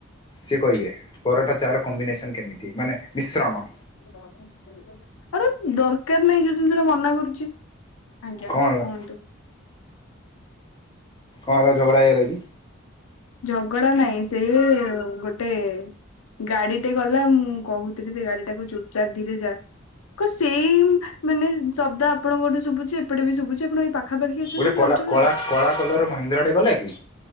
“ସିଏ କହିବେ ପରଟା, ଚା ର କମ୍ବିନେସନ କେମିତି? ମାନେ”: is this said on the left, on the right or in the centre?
Left